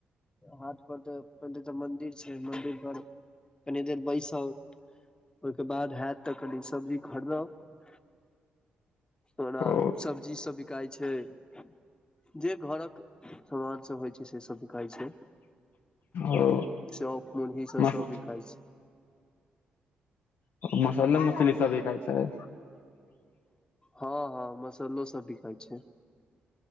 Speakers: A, on the left; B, on the left.
A: हाट पर तऽ पहिले तऽ मदिर छै मंदिर पर कनी देर बैसब ओहिके बाद हयत तऽ कनि सब्जी खरीदब ओना
B: ओ
A: सब्जी सब बिकााय छै जे घरक समान सब होइ छै से सब बिकाइ छै
B: ओ
A: चौक मन ही सब
B: मस
A: सब बिकाइ छै
B: मसालला मसली सब बिकाय छैय
A: हँ हँ मसाल् सब बिकाइ छै